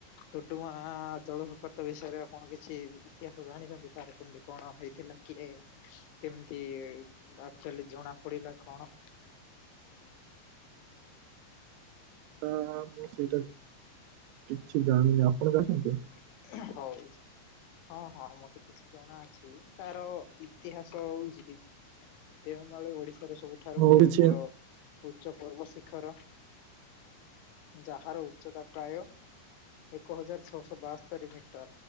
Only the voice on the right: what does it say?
ହ ମୁଁ ସେଇଟା କିଛି ଜାଣିନି ଆପଣ ଜାଣିଛନ୍ତି?
ହଉ
କିଛି